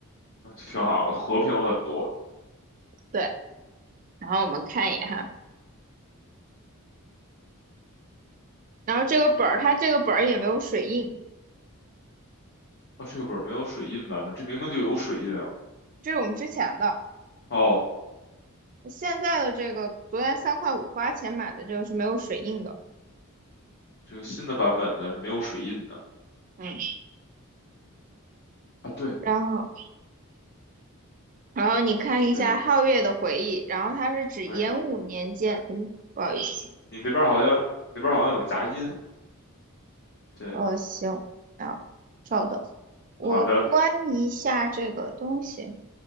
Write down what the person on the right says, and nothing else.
对，然后我们看一眼哈，然后这个本儿，它这个本儿也没有水印，
这是我们之前的。
现在的这个昨天三块五花钱买的这个是没有水印的，
嗯，
然后然后你看一下皓月的回忆，
然后它是指延武年间，
诶，不好意思，
呃，行，啊，稍等，我关一下这个东西，